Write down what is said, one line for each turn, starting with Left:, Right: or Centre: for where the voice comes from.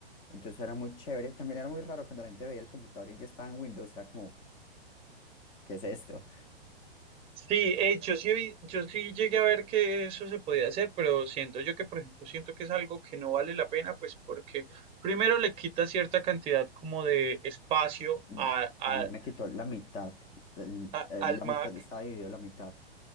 Left: Entonces era muy chévere. También era muy raro cuando la gente veía el computador y yo estaba en Windows. Era como, ¿qué es esto?
Right: Sí, eh, yo sí, vi- yo sí llegué a ver que eso se podía hacer, pero siento yo que, por ejemplo, siento que es algo que no vale la pena, pues porque primero le quita cierta cantidad como de espacio
Left: Mm,
Right: a- a-
Left: A mí me quitó la mitad. el-
Right: a-
Left: el-
Right: al
Left: La
Right: Mac
Left: mitad estaba dividido la mitad.